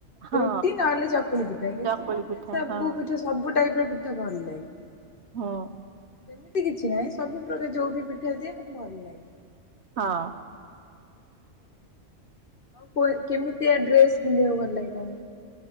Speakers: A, on the right; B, on the left.
A: ହଁ
B: ରୁଟି ନହେଲେ ଚକୁଳି ପିଠା କିନ୍ତୁ
A: ଚକୁଳି
B: ମତେ
A: ପିଠା
B: ସବୁ
A: ହଁ
B: ତ ସବୁ ଟାଇପ ର ପିଠା ଭଲଲାଗେ।
A: ହଁ।
B: ଏମିତି କିଛି ନାହିଁ ସବୁ ପ୍ରକାର ଯୋଉ ବି ପିଠା ଦିଏ ମତେ ଭଲଲାଗେ।
A: ହଁ
B: ଆଉ କେମିତିଆ ଡ୍ରେସ ପିନ୍ଧିବାକୁ ଭଲ ଲାଗେ ତ